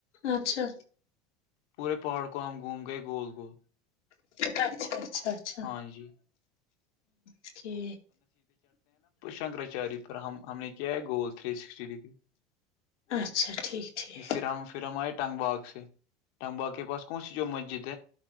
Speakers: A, on the left; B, on the left.
A: اچھا
B: پورے پہاڑو گوم گئے گول گول
A: اچھا اچھا اچھا
B: ہاں جی
A: اکے
B: شنکراچاریہ پر ہم ہم نے کیا ہے گول تھری سکسٹی ڈگری
A: اچھا ٹھیک ٹھیک
B: یہ فرام فرام ہے ٹگ با سے ٹنگباغ کے پس کون سی جو مسجد